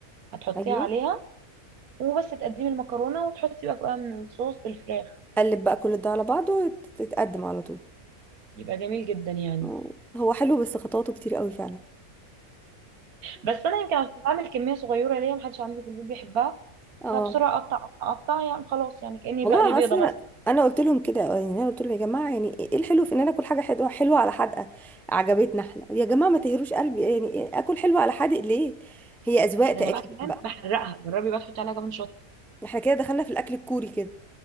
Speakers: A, on the right; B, in the centre.
A: هتحطيها
B: ايوه
A: عليها وبس تقدمي المكرونه وتحطي بقى فوقها من الصوص بالفراخ
B: قلب بقى كل ده على بعضه وتت- تتقدم على طول
A: يبقى جميل جدا يعني
B: مم. هو حلو بس خطواته كتير قوي فعلا
A: بس انا يمكن عشان بعمل كميه صغيره ليا محدش عندي في البيت بيحبها
B: اه
A: فبسرعه اقطع اقطع أقطع، يعني خلاص يعني كاني
B: والله
A: بقلي
B: انا
A: بيضه
B: اصلا
A: مثلا
B: انا قلت لهم كده آه، يعني انا قلت لهم يا جماعه يعني ايه إيه الحلو في ان انا اكل حاجه حلوه حلوه على حدقه عجبتنا احنا يا جماعه ما تهروش قلبي يعني إيه اكل حلوه على حادق ليه هي اذواق
A: ده
B: تقريبا
A: انا بقى كمان
B: بقى
A: بحرقها جربي بقى تحطي عليها كمان شطه
B: احنا كده دخلنا في الاكل الكوري كده